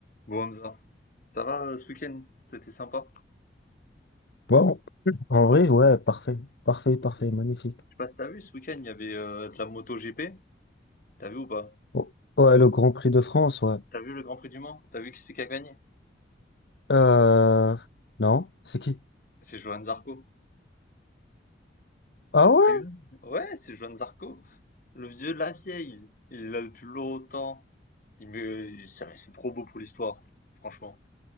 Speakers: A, on the left (about 50°); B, on the left (about 65°).
A: Bon, Hamza, ça va euh, ce week-end? C'était sympa?
B: Bon, en
A: Ça
B: vrai,
A: va?
B: ouais, parfait. Parfait, parfait,
A: Ok. Je
B: magnifique.
A: sais pas si t'as vu ce week-end, il y avait euh, de la moto MotoGP. T'as vu ou pas?
B: Oh, ouais, le Grand Prix de France, ouais.
A: T'as vu le Grand Prix du Mans? T'as vu qui c'est qui a gagné?
B: Euh, non, c'est qui?
A: C'est Johan Zarco.
B: Ah ouais?
A: Et eux Ouais, c'est Johan Zarco. Le vieux de la vieille. Il est là depuis longtemps. Il me... C'est c'est trop beau pour l'histoire, franchement.